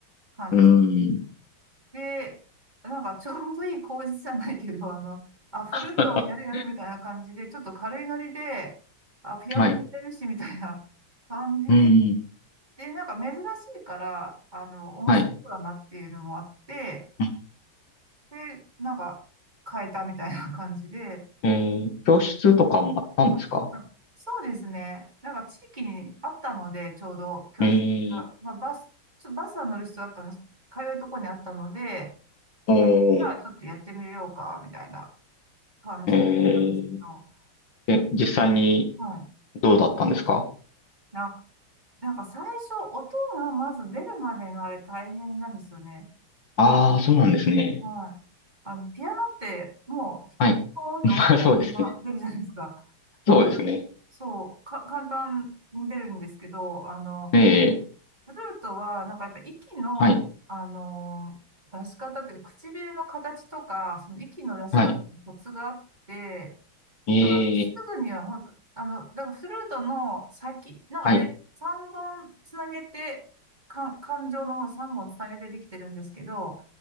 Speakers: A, on the right; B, on the left.
A: 感じ。
B: うーん。
A: で、なんかちょうどいい工事じゃないけど、あの、あ、フルートをやるやるみたいな感じで、
B: <laughs>
A: ちょっと軽いノリで、あ、ピアノやれるしみたいな感じで、
B: はい。うん。
A: で、なんか珍しいから、あの、面白そうだなっていうのもあって、
B: はい。うん
A: で、なんか変えたみたいな感じで、
B: えー、教室とかもあったんですか
A: うんああそうですね。なんか地域にあったので、ちょうど教室が、
B: えー、
A: まあ、バス、ちょ、バスは乗る必要あったんです。通うとこにあったので、
B: おー、
A: あじゃあちょっとやってみようか、みたいな感じなんですよ。
B: えー、え実際に
A: うん。
B: どうだったんですか
A: な、なんか最初、音がまず出るまでがあれ大変なんですよね。
B: ああー、そうなんですね。
A: はい。あの、ピアノって、もう、
B: はい。
A: ポーンって押したら出ま、
B: <laughs> まあ、そうですね。
A: 出るじゃないですか。でも、
B: そうですね。
A: あのそう、か、簡単に出るんですけど、あの、
B: ええ、
A: フルートは、なんかやっぱ息の、
B: はい。
A: あの、出し方っていうか、唇の形とか、その息の出し方にコツがあって、
B: はい。ええ、
A: あ、すぐには本当、あの、だからフルートの先、なんかあれ、
B: はい。
A: 3本つなげて、か、感情の3本つなげてできてるんですけど、